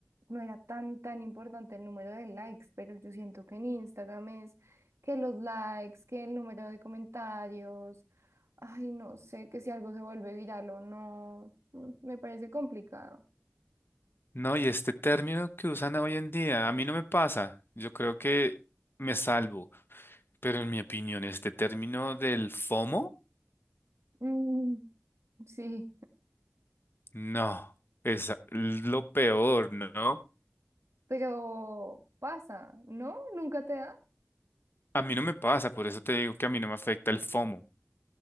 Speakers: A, on the right; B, on the left.
A: no era tan, tan importante el número de likes, pero yo siento que en Instagram es que los likes, que el número de comentarios, ay, no sé, que si algo se vuelve viral o no, mm, me parece complicado.
B: No, y este término que usan hoy en día, a mí no me pasa. Yo creo que me salvo, pero en mi opinión, este término del FOMO,
A: Mm, sí,
B: no, es lo peor, ¿no?
A: pero pasa, ¿no? ¿Nunca te da?
B: A mí no me pasa, por eso te digo que a mí no me afecta el FOMO.